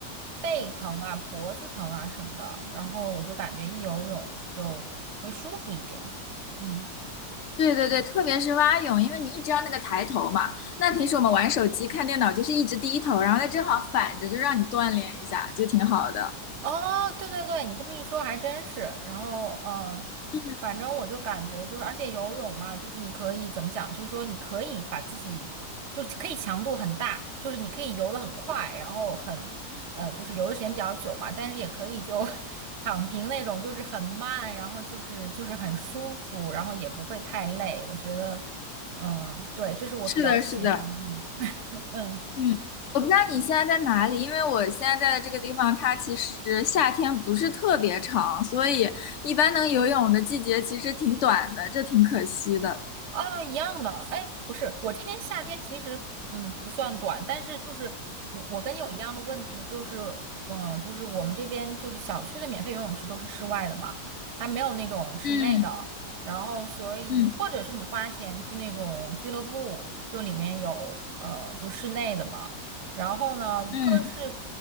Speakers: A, on the right (about 55°); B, on the left (about 65°).
A: 背疼啊、脖子疼啊什么的，然后我就感觉一游泳就会舒服一点。嗯。
B: 对对对，特别是蛙泳，因为你一直要那个抬头嘛。那平时我们玩手机、看电脑就是一直低头，然后它正好反着，就让你锻炼一下，就挺好的。
A: 哦，对对对，你这么一说还真是。然后，嗯，
B: 嗯，
A: 反正我就感觉就是，而且游泳嘛，就是你可以怎么讲，就是说你可以把自己，就是可以强度很大，就是你可以游得很快，然后很，呃，就是游的时间比较久嘛，但是也可以就 <laughs> 躺平那种，就是很慢，然后就是就是很舒服，然后也不会太累。我觉得，嗯，对，这是我比较喜欢的运
B: 是的，是的。
A: 嗯。
B: 嗯，我不知道你现在在哪里，因为我现在在的这个地方，它其实夏天不是特别长，所以一般能游泳的季节其实挺短的，这挺可惜的。
A: 啊，一样的。哎，不是，我这边夏天其实嗯不算短，但是就是我我跟你有一样的问题，就是嗯，就是我们这边就是小区的免费游泳池都是室外的嘛，它没有那种室内的。
B: 嗯
A: 然后所以或者是你花钱去那种俱乐部，
B: 嗯
A: 就里面有呃就室内的嘛。然后呢，一个是
B: 嗯，